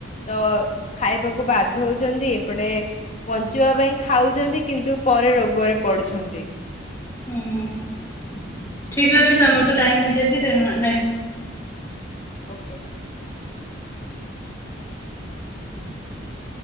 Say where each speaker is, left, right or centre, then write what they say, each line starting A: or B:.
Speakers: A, on the left (about 35°); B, on the left (about 15°).
A: ତ ଖାଇବାକୁ ବାଧ୍ୟ ହଉଛନ୍ତି ଏପଟେ ବଞ୍ଚିବା ପାଇଁ ଖାଉଛନ୍ତି କିନ୍ତୁ ପରେ ରୋଗରେ ପଡୁଛନ୍ତି।
B: ହୁଁ ଠିକ ଅଛି ତମର ତ ଟାଇମ ହେଇଯାଇଛି
A: ଓକେ।
B: <inaudible>